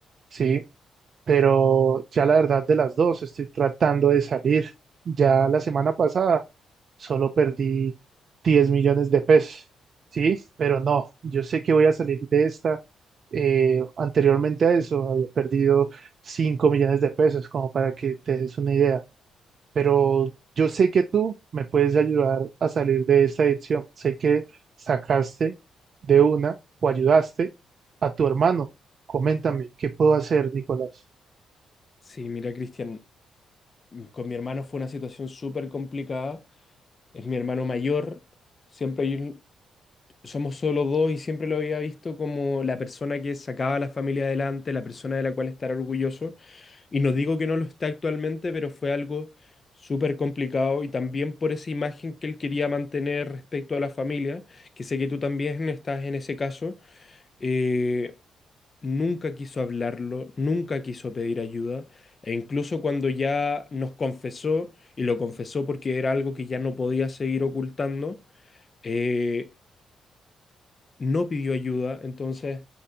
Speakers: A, on the right (about 55°); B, on the left (about 40°).
A: ¿sí? pero ya la verdad de las dos estoy tratando de salir. Ya la semana pasada solo perdí 10 millones de pesos, ¿sí? Pero no, yo sé que voy a salir de esta. Eh, anteriormente a eso había perdido 5 millones de pesos, como para que te des una idea. Pero yo sé que tú me puedes ayudar a salir de esta adicción. Sé que sacaste de una o ayudaste a tu hermano. Coméntame, ¿qué puedo hacer, Nicolás?
B: Sí, mira, Cristian, mm, con mi hermano fue una situación súper complicada. Es mi hermano mayor, siempre hay un- somos solo dos y siempre lo había visto como la persona que sacaba a la familia adelante, la persona de la cual estar orgulloso. Y no digo que no lo está actualmente, pero fue algo súper complicado y también por esa imagen que él quería mantener respecto a la familia, que sé que tú también estás en ese caso, eh, nunca quiso hablarlo, nunca quiso pedir ayuda, e incluso cuando ya nos confesó, y lo confesó porque era algo que ya no podía seguir ocultando, eh, no pidió ayuda, entonces